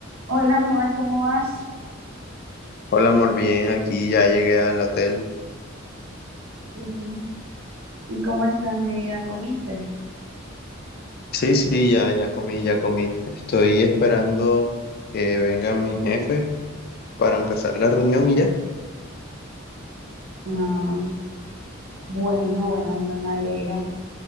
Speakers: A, on the right; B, on the left.
A: Hola amor, ¿cómo vas?
B: Hola, amor, bien, aquí ya llegué al hotel.
A: Mm, ¿Y cómo estás, mi vida? ¿Comiste?
B: Sí, sí, ya, ya comí, ya comí. Estoy esperando que venga mi jefe para empezar la reunión y ya.
A: Ah, bueno, bueno, amor, me alegra.